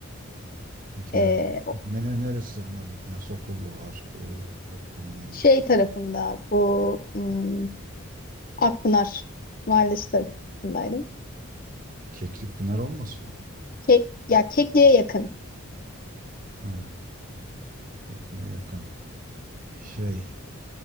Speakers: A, on the right (about 40°); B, on the left (about 40°).
A: Dikmen.
B: E,
A: Dikmen'in neresi ama Dikmen Sokullu var. Ee, yok bilmem.
B: şey tarafında bu hmm, Akpınar Mahallesi tarafındaydım.
A: Keklikpınar olmasın o?
B: Kek, ya Kekli'ye yakın.
A: Ha, Keklik'e yakın. Şey,